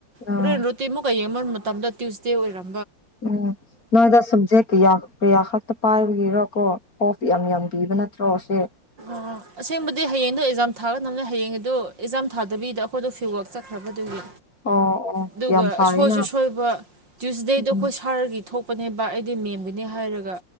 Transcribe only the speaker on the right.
ꯍꯣꯔꯦꯟ ꯔꯣꯇꯤꯃꯨꯛꯀ ꯌꯦꯡꯕ ꯃꯇꯝꯗ ꯇ꯭ꯌꯨꯏꯁꯗꯦ ꯑꯣꯏꯔꯝ
ꯑꯣ ꯑꯁꯦꯡꯕꯗꯤ ꯍꯌꯦꯡꯗꯣ ꯑꯦꯛꯖꯥꯝ ꯊꯥꯒꯗꯕꯅꯦ ꯍꯌꯦꯡ ꯑꯗꯨ ꯑꯦꯛꯖꯥꯝ ꯊꯥꯗꯕꯤꯗꯣ ꯑꯩꯈꯣꯏꯗꯣ ꯐꯤꯜꯋꯥꯛ ꯆꯠꯈ꯭ꯔꯕꯗꯨꯒꯤ
ꯑꯗꯨꯒ
ꯁꯣꯏꯁꯨ ꯁꯣꯏꯕ ꯇ꯭ꯌꯨꯏꯁꯗꯦꯗ
ꯑꯩꯈꯣꯏ ꯁꯥꫪꯒꯤ ꯊꯣꯛꯄ ꯄꯅꯦꯕ ꯑꯩꯗꯤ ꯃꯦꯝꯒꯅꯤ ꯍꯥꯏꯔꯒ